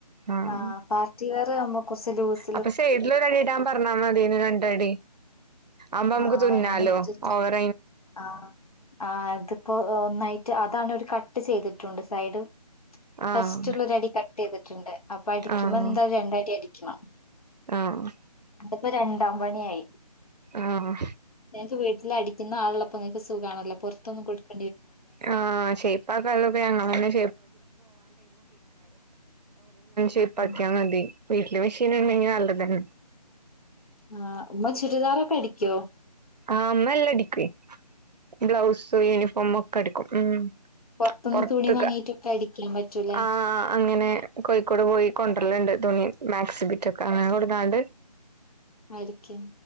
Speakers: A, on the right; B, on the left.
A: ആഹ്
B: ആ പാ <unintelligible> കുറച്ച് ലൂസ്
A: അപ്പൊ സേഡിൽ അടിടാൻ പറഞ്ഞാൽ മതിന് രണ്ടടി അമ്പോ നമക്ക്
B: ആഹ്
A: തുന്നാലോ
B: അങ്ങനെ ഇട്ടിട്ട്
A: ഓറ
B: ആഹ് ആഹ് അതിപ്പോ ഒന്നായിട്ട് അതാണ് ഒരു കട്ട് ചെയ്തിട്ടുണ്ട് സൈഡ്
A: ആഹ്
B: ഫസ്റ്റ് ഉള്ളൊരടി കട്ട് ചെയ്തിട്ടുണ്ട് അപ്പൊ അടിക്കുമ്പോ
A: ആഹ്
B: എന്താ രണ്ടടി അടിക്കണം
A: ആഹ്
B: അതിപ്പോ രണ്ടാം പണിയായി
A: ആഹ്
B: ങ്ങക്ക് വീട്ടിൽ അടിക്കുന്ന ആള് ള്ളപ്പൊ ങ്ങക്ക് സുഖമാണല്ലോ പുറത്തൊന്നും കൊടുക്ക
A: ആഹ് ഷേപ്പ് ആക്കാൻ <unintelligible> അവിട്ന്നന്നെ ഷേപ്പാക്കിയാൽ
B: ഉം
A: മതി വീട്ടില് മെഷീൻ ഇണ്ടെങ്കിൽ നല്ലതന്നെ
B: ആഹ് ഉമ്മ ചുരിദാറൊക്കെ അടിക്കോ
A: ആഹ് ഉമ്മ എല്ലാം അടിക്കു ബ്ലൗസ് യൂണിഫോമ ഒക്കെ അടിക്കും ഉം
B: പൊറത്തുന്ന്
A: പൊറത്ത്
B: തുണി വാങ്ങിയിട്ടൊക്കെ
A: കാ
B: അടിക്കാൻ പറ്റൂലേ?
A: ആഹ് അങ്ങനെ കോഴിക്കോട് പോയി കൊണ്ടുവെരലുണ്ട് തുണി മാക്സിബിറ്റെക്കെ അങ്ങനെ കൊടുക്കാനൊണ്ട്
B: ആരിക്ക്